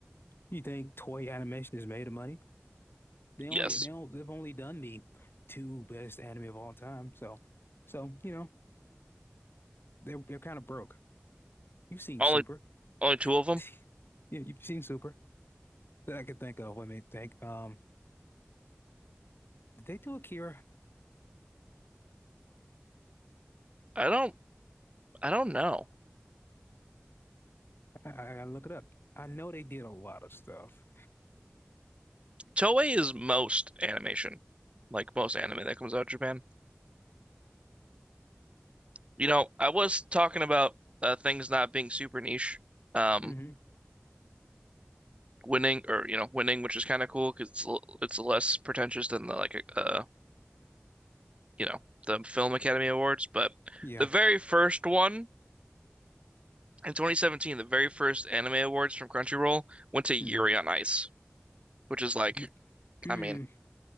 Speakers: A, on the left (about 60°); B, on the right (about 30°).
A: You think toy animation is made of money? They only
B: Yes,
A: they don't they've only done the two best anime of all time. So so you know they're they're kind of broke. You've seen
B: only
A: Super,
B: only two
A: <laughs>
B: of them.
A: yeah, you've seen Super that I can think of. Let me think. Um, did they do Akira?
B: I don't I don't know.
A: I, I gotta look it up. I know they did a lot of stuff.
B: Toei is most animation, like most anime that comes out of Japan. You know, I was talking about uh, things not being super niche. Um,
A: hmm
B: winning or you know, winning, which is kind of cool because it's l- it's less pretentious than the like uh you know the Film Academy Awards. But
A: Yeah.
B: the very first one in 2017, the very first anime awards from Crunchyroll went to Yuri
A: Mm.
B: on Ice, which is like,
A: Th- Mm.
B: I mean,